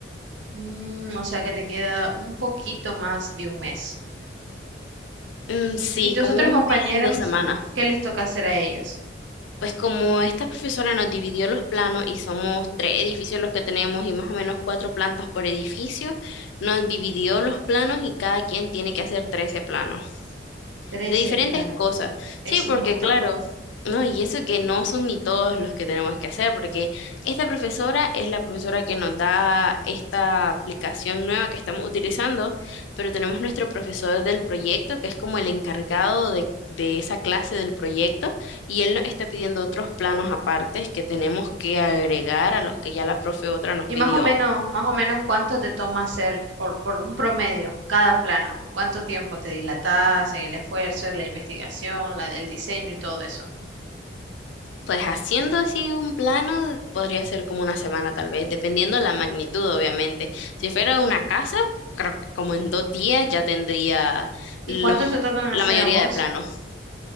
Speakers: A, on the right (about 80°); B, on the left (about 80°).
A: Mm, o sea que te queda un poquito más de un mes.
B: Mm, sí,
A: ¿Y tus
B: como
A: otros
B: un
A: compañeros,
B: mes y dos semanas.
A: qué les toca hacer a ellos?
B: Pues como esta profesora nos dividió los planos y somos tres edificios los que tenemos y más o menos cuatro plantas por edificio, nos dividió los planos y cada quien tiene que hacer 13 planos
A: Trece
B: de diferentes
A: planos.
B: cosas.
A: Es
B: Sí, porque
A: un montón.
B: claro, no, y eso que no son ni todos los que tenemos que hacer, porque esta profesora es la profesora que nos da esta aplicación nueva que estamos utilizando, pero tenemos nuestro profesor del proyecto, que es como el encargado de, de esa clase del proyecto, y él nos está pidiendo otros planos apartes que tenemos que agregar a los que ya la profe otra nos
A: Y
B: pidió.
A: más o menos, más o menos cuánto te toma hacer por, por un promedio cada plano, cuánto tiempo te dilatas en el esfuerzo, en la investigación, la, el diseño y todo eso.
B: Pues haciendo así un plano podría ser como una semana tal vez, dependiendo de la magnitud, obviamente. Si fuera una casa, creo que como en dos días ya tendría los,
A: ¿Y cuántos te tocan hacer
B: la mayoría
A: a vos
B: de planos.